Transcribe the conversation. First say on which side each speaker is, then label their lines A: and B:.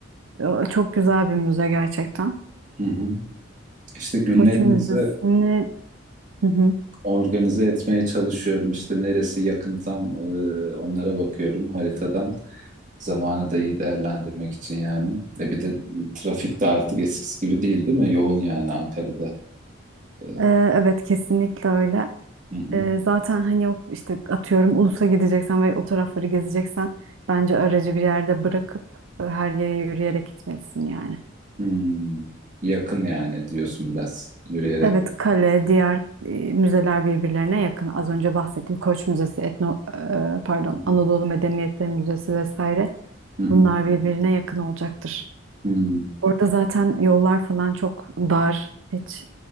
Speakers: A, on the right (about 80°); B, on the right (about 40°).
A: Ee, Çok güzel bir müze gerçekten.
B: Hı hı. İşte günlerimizi
A: Koç Müzesi'ni Hı hı.
B: organize etmeye çalışıyorum. İşte neresi yakın tam e, onlara bakıyorum haritadan. Zamanı da iyi değerlendirmek için yani. E bir de trafik de artık eskisi gibi değil değil mi? Yoğun yani Ankara'da. E,
A: Ee, evet kesinlikle öyle.
B: hı hı.
A: Ee, zaten hani yok işte atıyorum Ulus'a gideceksen ve o tarafları gezeceksen bence aracı bir yerde bırakıp e, her yere yürüyerek gitmelisin yani.
B: Hmm. Yakın yani diyorsun biraz yürüyerek.
A: Evet kale, diğer e, müzeler birbirlerine yakın. Az önce bahsettiğim Koç Müzesi, Etno, e, pardon
B: Hı hı.
A: Anadolu Medeniyetleri Müzesi vesaire.
B: Hı hı.
A: Bunlar birbirine yakın olacaktır.
B: Hmm.
A: Orada zaten yollar falan çok dar. Hiç